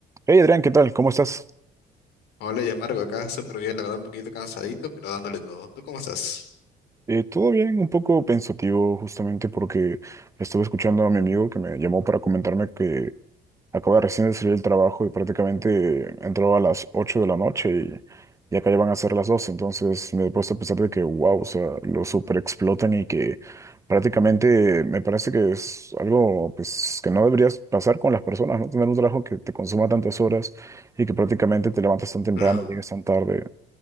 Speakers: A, on the right (about 15°); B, on the left (about 80°).
A: Hey Adrián, ¿qué tal? ¿Cómo estás?
B: Hola, ya Marco, acá súper bien, la verdad un poquito cansadito, pero dándole todo. ¿Tú cómo estás?
A: Eh, todo bien, un poco pensativo justamente porque estuve escuchando a mi amigo que me llamó para comentarme que acaba recién de salir del trabajo y prácticamente entró a las 8 de la noche y, y acá ya van a ser las doce, entonces me he puesto a pensar de que, wow, o sea, lo super explotan y que prácticamente me parece que es algo pues, que no deberías pasar con las personas, ¿no? Tener un trabajo que te consuma tantas horas y que prácticamente te levantas tan temprano,
B: no
A: llegues tan tarde.